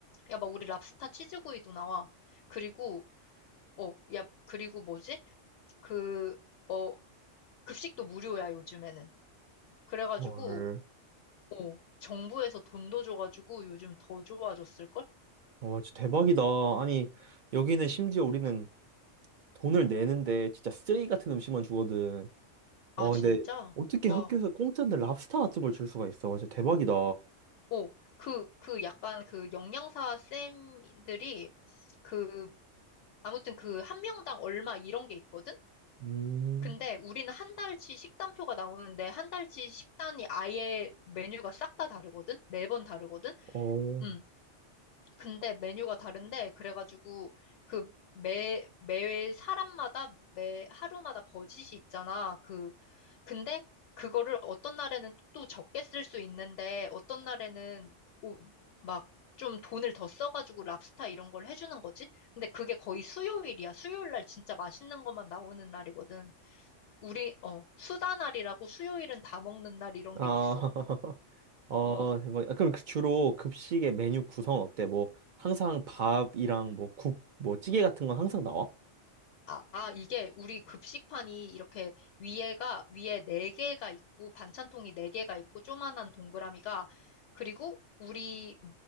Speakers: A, on the left; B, on the right.
A: 야, 막 우리 랍스타 치즈구이도 나와. 그리고 어, 야, 그리고 뭐지? 그, 어, 급식도 무료야, 요즘에는. 그래가지고,
B: 헐.
A: 어, 정부에서 돈도 줘가지고 요즘 더 좋아졌을걸?
B: 와, 진짜 대박이다. 아니, 여기는 심지어 우리는 돈을 내는데 진짜 쓰레기 같은 음식만 주거든. 와,
A: 아, 진짜?
B: 근데 어떻게
A: 와,
B: 학교에서 공짜인데 랍스타 같은 걸 줄 수가 있어. 진짜 대박이다.
A: 어, 그, 그 약간 그 영양사 쌤들이 그, 아무튼 그 한 명당 얼마 이런 게 있거든?
B: 음,
A: 근데 우리는 한 달치 식단표가 나오는데 한 달치 식단이 아예 메뉴가 싹 다 다르거든? 매번 다르거든?
B: 어,
A: 응. 근데 메뉴가 다른데 그래가지고 그 매 매 사람마다 매 하루마다 버짓이 있잖아. 그 근데 그거를 어떤 날에는 또 적게 쓸 수 있는데 어떤 날에는 막 좀 돈을 더 써가지고 랍스타 이런 걸 해주는 거지. 근데 그게 거의 수요일이야. 수요일 날 진짜 맛있는 것만 나오는 날이거든. 우리 어 수다 날이라고 수요일은 다 먹는 날 이런
B: 아,
A: 게 있어.
B: <laughs> 아,
A: 어.
B: 대박. 아, 그럼 그 주로 급식의 메뉴 구성은 어때? 뭐, 항상 밥이랑 뭐, 국, 뭐, 찌개 같은 건 항상 나와?
A: 아, 아, 이게 우리 급식판이 이렇게 위에가, 위에 네 개가 있고, 반찬통이 네 개가 있고, 조그만한 동그라미가, 그리고 우리,